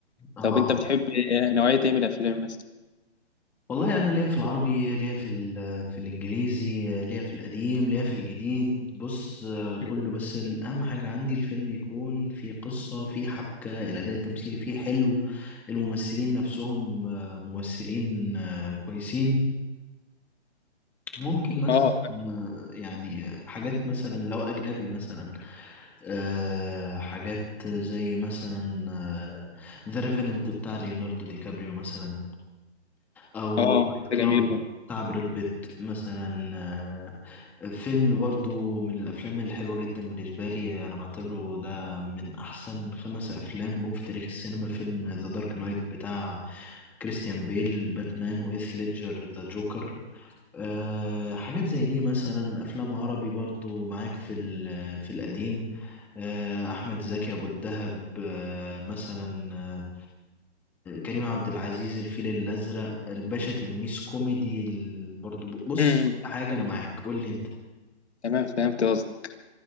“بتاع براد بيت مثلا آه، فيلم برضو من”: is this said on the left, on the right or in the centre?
Centre